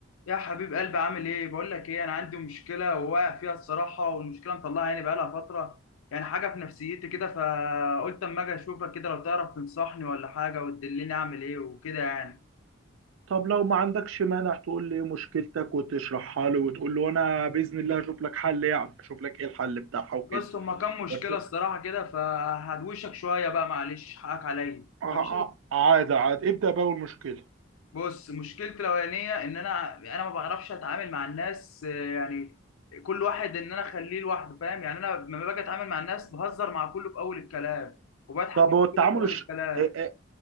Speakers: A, on the left; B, on the right.
A: يا حبيب قلبي عامل ايه بقول لك ايه انا عندي مشكله وواقع فيها الصراحه والمشكله مطلعها يعني بقالها فتره يعني حاجه في نفسيتي كده فقلت اما اجي اشوفك كده لو تعرف تنصحني ولا حاجه وتدلني اعمل ايه وكده يعني
B: طب لو ما عندكش مانع تقول لي إيه مشكلتك وتشرحها له وتقول له انا باذن الله هشوف لك حل يعني اشوف لك ايه الحل بتاعها وكده
A: بص هما كام مشكله
B: بس
A: الصراحه كده فهدوشك شويه بقى معلش حقك عليا
B: ع-
A: ماشي
B: ع- عادي عادي ابدا باول مشكله
A: بص مشكلتي الاولانيه ان انا انا ما بعرفش اتعامل مع الناس آه، يعني كل واحد ان انا اخليه لوحده فاهم يعني انا لما باجي اتعامل مع الناس بهزر مع كله في اول الكلام وبضحك
B: طب
A: من
B: هو
A: كله
B: التعامل
A: في اول
B: الش...
A: الكلام
B: ا- ا-